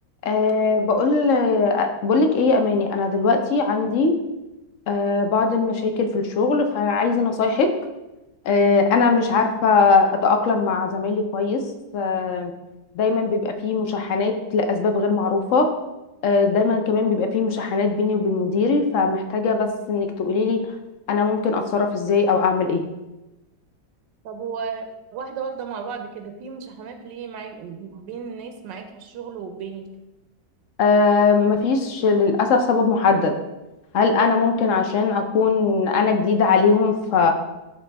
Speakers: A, on the left; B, on the right.
A: أه بقول أه بقولك ايه يا اماني انا دلوقتي عندي أه بعض المشاكل في الشغل فعايزه نصايحك أه انا مش عارفه اتاقلم مع زمايلي كويس أه دايما بيبقى فيه مشاحنات لاسباب غير معروفه أه دايما كمان بيبقى فيه مشاحنات بيني وبين مديري فمحتاجه بس انك تقولي لي انا ممكن اتصرف ازاي او اعمل ايه
B: طب هو واحدة واحدة مع بعض كده في مشاحنات ليه معاك بين الناس معاك في الشغل وبينك
A: أه مفيش للاسف سبب محدد هل انا ممكن عشان اكون انا جديده عليهم ف